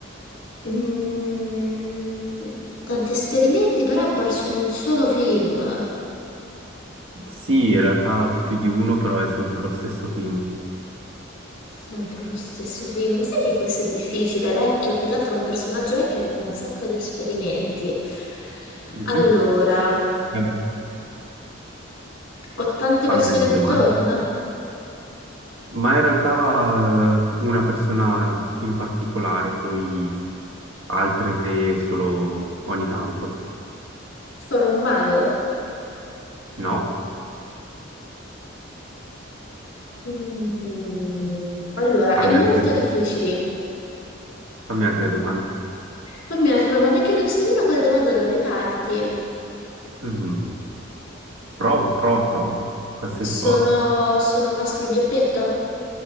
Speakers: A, on the left; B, on the right.
A: Mm, tanti esperimenti, però è apparso in un solo film.
B: Sì, in realtà più di uno, però è sempre lo stesso film.
A: Sempre lo stesso film. Sai che questo è difficile, è vecchio, più che altro è un personaggio vecchio che fa un sacco di esperimenti.
B: Mhm.
A: Allora,
B: Eh,
A: ho tante
B: Fammi
A: persone
B: altre
A: intorno?
B: domande. Ma in realtà eh, una persona in particolare, poi altre solo ogni tanto,
A: Sono un mago?
B: no?
A: Mm, Allora,
B: Fammi
A: è molto
B: altre,
A: difficile.
B: fammi altre domande.
A: Fammi un'altra domanda, è che non so nemmeno quale domanda dovrei farti.
B: Mm, prova, prova, prova, qualsiasi
A: Sono,
B: cosa.
A: sono Mastro Geppetto?